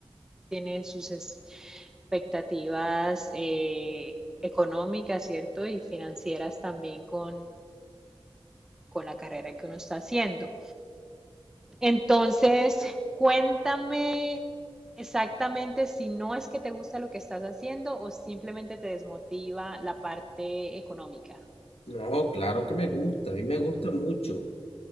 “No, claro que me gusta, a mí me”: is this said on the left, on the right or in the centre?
Left